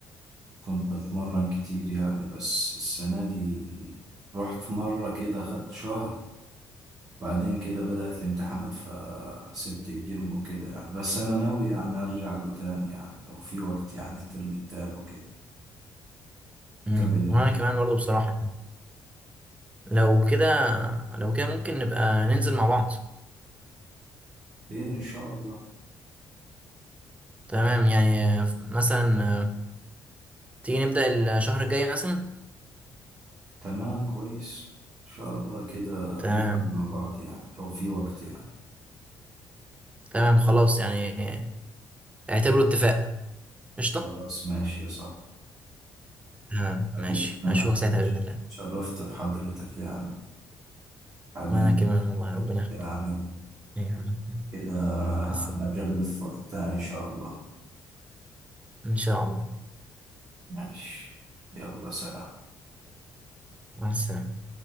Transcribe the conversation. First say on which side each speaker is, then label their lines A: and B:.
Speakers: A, on the right; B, on the right.
A: كنت بتمرن كتير يعني بس السنة دي رحت مرة كده خدت شهر بعدين كده بدأت الامتحانات فسبت الجيم وكده يعني بس أنا ناوي يعني أرجع له تاني يعني لو في وقت يعني الترم التاني وكده
B: امم
A: قبل الامتحان
B: وانا كمان برضه بصراحة لو كده لو كده ممكن نبقى ننزل مع بعض
A: إن شاء الله
B: تمام يعني آه، مثلا آه، تيجي نبدأ الشهر الجاي مثلا
A: تمام كويس إن شاء الله كده
B: تمام
A: نبدأ مع بعض يعني لو في وقت يعني
B: تمام خلاص يعني آه، اعتبره اتفاق قشطة
A: خلاص ماشي يا صاحبي
B: تمام
A: طيب،
B: ماشي
A: أنا
B: هشوفك ساعتها بإذن الله
A: اتشرفت بحضرتك يعني حبيبي
B: وأنا كمان والله ربنا يخليك
A: يعني
B: أيوة.
A: كده
B: مع السلامة
A: هنقابل في وقت تاني إن شاء الله
B: إن شاء الله
A: ماشي يلا سلام
B: مع السلامة